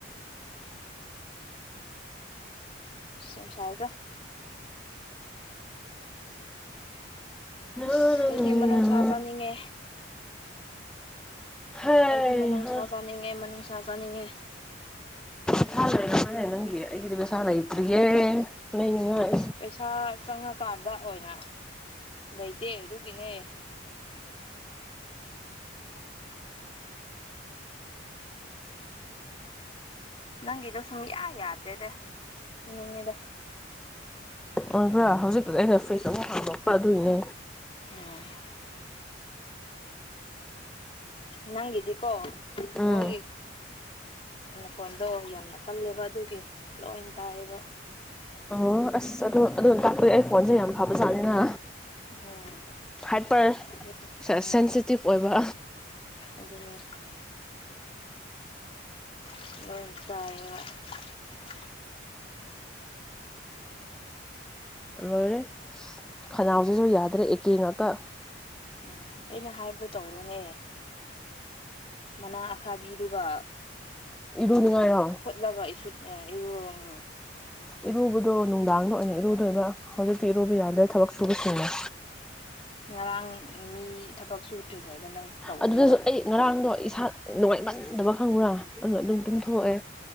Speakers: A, on the left; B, in the centre.
A: ꯌꯥꯝ ꯁꯥꯏꯗ ꯑꯁ
B: ꯎꯝ
A: ꯑꯩꯗꯤ ꯃꯅꯨꯡꯁꯥ ꯆꯥꯅꯤꯡꯉꯦ
B: ꯍꯩ
A: ꯑꯩꯗꯤ ꯃꯅꯨꯡꯁꯥ
B: ꯍꯥ
A: ꯆꯥꯅꯤꯡꯉꯦ ꯃꯅꯨꯡꯁꯥ ꯆꯥꯅꯤꯡꯉꯦ
B: ꯄꯩꯁꯥ ꯂꯩꯈ꯭ꯔꯦꯅꯦ ꯅꯪꯒꯤ ꯑꯩꯒꯤꯗꯤ ꯄꯩꯁꯥ ꯂꯩꯇ꯭ꯔꯤ ꯌꯦ ꯂꯩꯅꯤꯡꯉꯥꯏ
A: ꯄꯩꯁꯥ ꯆꯪꯉꯀꯥꯟꯗ ꯑꯣꯏꯅ ꯂꯩꯇꯦ ꯑꯗꯨ <unintelligible> ꯅꯪꯒꯤꯗꯣ ꯁꯨꯡꯌꯥ ꯌꯥꯗ꯭ꯔꯦꯗ ꯐꯨꯅꯤꯡꯉꯦꯗ
B: ꯑꯣꯏꯕ꯭ꯔꯥ ꯍꯧꯖꯤꯛ ꯑꯩꯅ ꯐ꯭ꯔꯤꯖ ꯑꯃꯨꯛ ꯍꯥꯡꯗꯣꯛꯄ ꯑꯗꯨꯏꯅꯦ
A: ꯎꯝ ꯅꯪꯒꯤꯗꯤꯀꯣ
B: ꯎꯝ
A: ꯅꯪꯒꯤ ꯃꯈꯣꯟꯗꯣ ꯌꯥꯝꯅ ꯀꯜꯂꯦꯕ ꯑꯗꯨꯒꯤ ꯂꯣꯏ ꯇꯥꯏ ꯌꯦꯕ
B: ꯑꯣ ꯑꯁ ꯑꯗꯨ ꯑꯗꯨ ꯇꯥꯛꯄꯗꯤ ꯑꯩ ꯐꯣꯟꯁꯦ ꯌꯥꯝ ꯐꯕꯖꯥꯠꯅꯤꯅ
A: ꯎꯝ
B: ꯍꯥꯏꯄ꯭ꯔ
A: ꯑꯗꯨ
B: ꯁꯦꯁ
A: ꯎꯝ
B: ꯁꯦꯟꯁꯤꯇꯤꯞ ꯑꯣꯏꯕ
A: ꯑꯗꯨꯅꯦ <unintelligible>
B: ꯂꯣꯏꯔꯦ ꯈꯅꯥꯎꯁꯤꯁꯨ ꯌꯥꯗ꯭ꯔꯦ ꯑꯦꯀꯦ ꯉꯥꯛꯇ
A: ꯎꯝ ꯑꯩꯅ ꯍꯥꯏꯕꯗꯣ ꯇꯧꯔꯣꯅꯦ ꯃꯅꯥ ꯑꯈꯥꯕꯤꯗꯨꯒ
B: ꯇꯨꯅꯤꯉꯥꯏꯔꯣ
A: ꯐꯨꯠꯂꯒ <unintelligible>
B: ꯏꯔꯨꯕꯗꯣ ꯅꯨꯡꯗꯥꯡꯗ ꯑꯣꯏꯅ ꯏꯔꯨꯗꯣꯏꯕ ꯍꯧꯖꯤꯛꯇꯤ ꯏꯔꯨꯕ ꯌꯥꯗ꯭ꯔꯦ ꯊꯕꯛ ꯁꯨꯕꯁꯤꯡꯅ
A: ꯉꯔꯥꯡ ꯃꯤ ꯊꯕꯛ ꯁꯨꯗ꯭ꯔꯤꯉꯩꯗ ꯅꯪ ꯇꯧꯕ
B: ꯑꯗꯨꯗꯁꯨ
A: ꯌꯥꯕꯅꯦ
B: ꯑꯩ ꯉꯔꯥꯡꯗꯣ ꯏꯁꯥ ꯅꯨꯡꯉꯥꯏꯃꯟꯗꯕ ꯈꯪꯕ꯭ꯔꯥ ꯑ ꯑꯗꯨꯝ
A: ꯎꯝ
B: ꯇꯨꯝꯊꯣꯛꯑꯦ